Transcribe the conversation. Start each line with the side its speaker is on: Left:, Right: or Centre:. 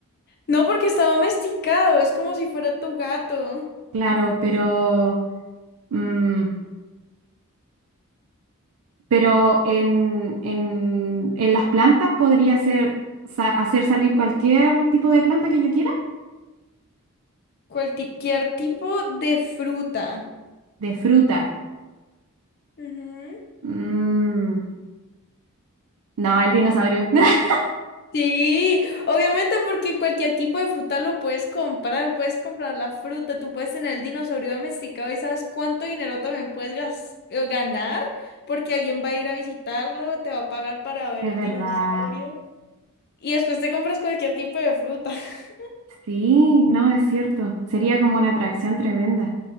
Left: No, porque está domesticado, es como si fuera tu gato.
Right: Claro, pero, mm, pero en, en, en las plantas podría hacer, sa- hacer salir cualquier tipo de planta que yo quiera.
Left: Cualquier tipo de fruta.
Right: De fruta.
Left: Ujú.
Right: Mm, no, el dinosaurio. <laughs>
Left: Sí, obviamente porque cualquier tipo de fruta lo puedes comprar, puedes comprar la fruta, tú puedes tener el dinosaurio domesticado y sabes cuánto dinero también puedes gas- eh, ganar porque alguien va a ir a visitarlo, te va a pagar para ver
Right: Es
Left: el
Right: verdad.
Left: dinosaurio y después te compras cualquier tipo de fruta. <laughs>
Right: Sí, no, es cierto. Sería como una atracción tremenda.